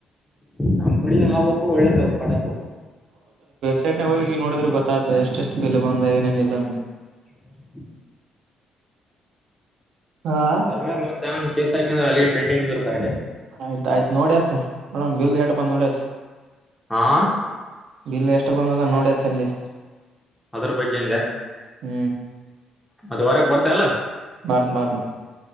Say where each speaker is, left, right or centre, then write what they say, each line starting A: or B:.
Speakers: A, in the centre; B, on the right.
A: ನಮ್ ಕಡೆ ಆವಕ್ಕು ಒಳ್ಳೇದ ಪಡ
B: ಸೈಟ್ ನಾಗ ಹೋಗಿ ನೋಡಿದ್ರೆ ಗೊತ್ತಾಗ್ದೆ ಎಷ್ಟ್ ಬಿಲ್ ಬಂದ ಏನೇನ ಇಲ್ಲ ಅಂತ
A: ಹ್ಮ್
B: ಹಾ
A: ಅದ ಮೇಲೆ ಮತ್ತೆ ಕೇಸ ಹಾಕ ಅ್ರ ಅಲ್ಲಿಗೆ ಪೇಂಟಿಂಗ್ ಇರುತ್ತೆ ಅ
B: ಆಯ್ ಆಯತ್ ನೋಡಿಯಾಚ್ ನೋಡನ್ ಬಿಲ್ಲೆಟ್ ಬಂದ್ ನೋಡ್ಯತ್
A: ಹಾ
B: ಬಿಲ್ ಎಷ್ಟು ಬಂದದ ನೋಡ್ಯತ್ ಸಂಜೆ
A: ಅದ್ರ ಬಗ್ಗೆಂದೆ
B: ಹ್ಮ್
A: ಮತ್ತ ವಾರಕ್ ಬರ್ತ ಅಲ್ಲ
B: ಬರ್ತ್ನ್ ಬರ್ತ್ನ್